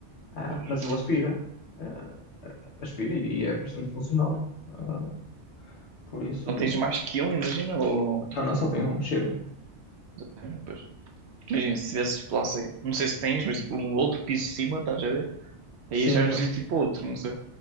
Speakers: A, on the left (about 70°); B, on the right (about 65°).
A: Ah,
B: pois.
A: mas ele aspira, ah, aspira e aí é bastante funcional. Ah, por isso,
B: Então tens mais que um, imagina, ou, tipo...
A: não, não, só tem um, chega.
B: é, Pois. Imagina, se tivesse tipo lá, sei, não sei se tens, mas tipo um outro piso de cima, estás a ver? Aí
A: Sim,
B: já é preciso
A: não,
B: tipo outro, não sei.